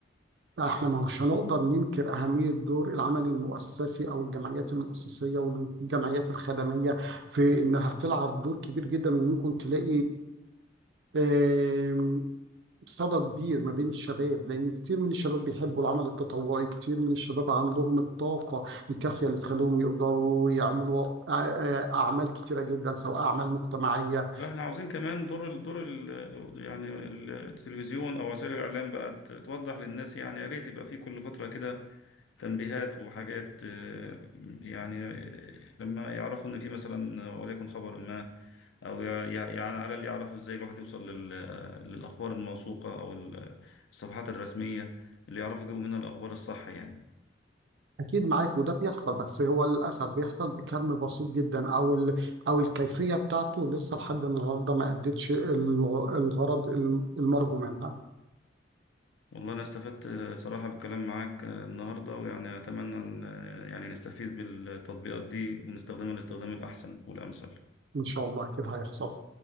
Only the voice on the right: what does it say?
احنا ما هوش هنقدر ننكر أهمية دور العمل المؤسسي أو الجمعيات المؤسسية والجمعيات الخدمية في إنها بتلعب دور كبير جدا وممكن تلاقي آم، صدى كبير ما بين الشباب لأن كتير من الشباب بيحبوا العمل التطوعي كتير من الشباب عندهم الطاقة الكافية اللي تخليهم يقدروا يعملوا أع- أعمال كتيرة جدا سواء أعمال مجتمعية
أكيد معاك وده بيحصل بس هو للأسف بيحصل بكم بسيط جدا أو ال... أو الكيفية بتاعته لسه لحد النهاردة ما أدتش الغ- الغرض الم- المرجو منها
إن شاء الله أكيد هيحصل